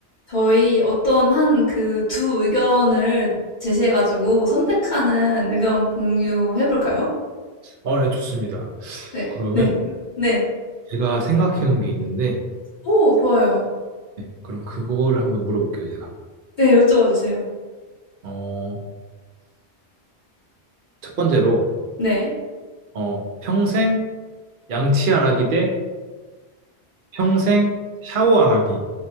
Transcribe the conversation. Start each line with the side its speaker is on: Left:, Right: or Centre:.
Left: 저희 어떤 한 그 두 의견을 제시해가지고 선택하는 의견 공유해볼까요?
Right: 어, 네, 좋습니다.
Left: 네.
Right: 그러면
Left: 네. 네.
Right: 제가 생각해 놓은 게 있는데,
Left: 오, 좋아요.
Right: 네, 그럼 그거를 한번 물어볼게요, 제가.
Left: 네, 여쭤봐 주세요.
Right: 어, 첫 번째로,
Left: 네.
Right: 어, 평생 양치 안 하기 대 평생 샤워 안 하기.